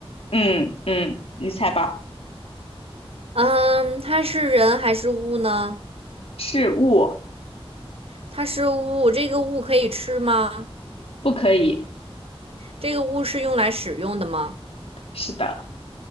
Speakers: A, on the left; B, on the right.
A: 嗯嗯，你猜吧，
B: 嗯，它是人还是物呢？
A: 是物，
B: 它是物，这个物可以吃吗？
A: 不可以，
B: 这个物是用来使用的吗？
A: 是的，